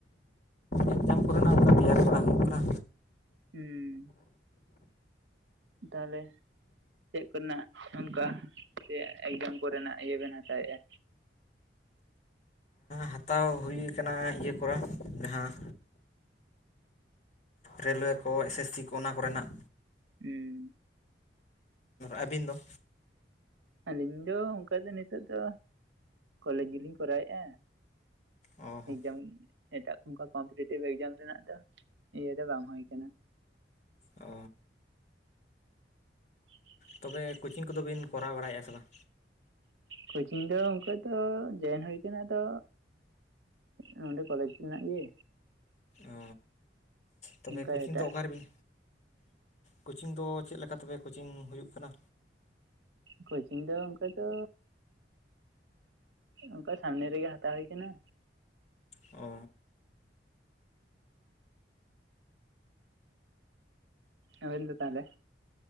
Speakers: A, on the left (about 40°); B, on the right (about 90°).
A: ᱮᱠᱡᱟᱢ ᱠᱚᱨᱮᱱᱟᱜ ᱚᱱᱠᱟ ᱛᱮᱭᱟᱨ ᱵᱟᱲᱟ ᱦᱩᱭᱩᱜ ᱠᱟᱱᱟ
B: ᱩᱸ <unintelligible> ᱛᱟᱦᱚᱞᱮ ᱪᱮᱫ ᱠᱚ ᱨᱮᱱᱟᱜ ᱚᱱᱠᱟ ᱥᱮ ᱮᱠᱡᱟᱢ ᱠᱚ ᱨᱮᱱᱟᱜ ᱤᱭᱟᱹ ᱵᱮᱱ ᱦᱟᱛᱟᱣ ᱮᱫᱟ?
A: ᱦᱟᱛᱟᱣ ᱦᱩᱭ ᱠᱟᱱᱟ ᱤᱭᱟᱹ ᱠᱚᱨᱮ ᱡᱟᱦᱟᱸ᱾ ᱨᱮᱹᱞᱳᱭᱮ ᱠᱚ ᱮᱥᱮᱥᱤ ᱠᱚ ᱚᱱᱟ ᱠᱚᱨᱮᱱᱟᱜ
B: ᱦᱩᱸ <unintelligible>
A: ᱟᱹᱵᱤᱱ ᱫᱚ?
B: ᱟᱹᱞᱤᱧ ᱫᱚ ᱚᱱᱠᱟ ᱫᱚ ᱱᱤᱛᱚᱜ ᱫᱚ ᱠᱚᱞᱮᱡᱽ ᱜᱮ ᱞᱤᱧ ᱠᱚᱨᱟᱣ ᱮᱫᱟ᱾
A: ᱚ ᱦᱚᱸ
B: ᱮᱠᱡᱟᱢ ᱮᱴᱟᱜ ᱚᱱᱠᱟ ᱠᱚᱢᱯᱤᱴᱤᱴᱤᱵᱷ ᱮᱠᱡᱟᱢ ᱨᱮᱱᱟᱜ ᱫᱚ ᱤᱭᱟᱹ ᱫᱚ ᱵᱟᱝ ᱦᱩᱭ ᱠᱟᱱᱟ᱾
A: ᱚ
B: <unintelligible>
A: ᱛᱚᱵᱮ ᱠᱳᱪᱤᱝ ᱠᱚ ᱫᱚ ᱵᱤᱱ ᱠᱚᱨᱟᱣ ᱵᱟᱲᱟᱭᱮᱫᱼᱟ ᱥᱮ ᱵᱟᱝ?
B: ᱠᱳᱪᱤᱝ ᱫᱚ ᱚᱱᱠᱟ ᱫᱚ ᱡᱚᱭᱮᱱ ᱦᱩᱭ ᱠᱟᱱᱟ ᱛᱚ᱾ ᱱᱚᱸᱰᱮ ᱠᱚᱞᱮᱡᱽ ᱨᱮᱱᱟᱜ ᱜᱮ᱾
A: ᱚ ᱛᱚᱵᱮ
B: ᱚᱱᱠᱟ
A: ᱠᱳᱪᱤᱝ
B: ᱮᱴᱟᱜ
A: ᱫᱚ ᱚᱠᱟᱨᱮ ᱵᱤᱱᱼᱼ ᱠᱳᱪᱤᱝ ᱫᱚ ᱪᱮᱫ ᱞᱮᱠᱟ ᱛᱮᱵᱮ ᱠᱳᱪᱤᱝ ᱦᱩᱭᱩᱜ ᱠᱟᱱᱟ?
B: ᱠᱳᱪᱤᱝ ᱫᱚ ᱚᱱᱠᱟ ᱫᱚ ᱚᱱᱠᱟ ᱥᱟᱢᱱᱮ ᱨᱮ ᱜᱮ ᱦᱟᱛᱟᱣ ᱦᱩᱭ ᱠᱟᱱᱟ᱾
A: ᱳ
B: ᱟᱵᱮᱱ ᱫᱚ ᱛᱟᱦᱚᱞᱮ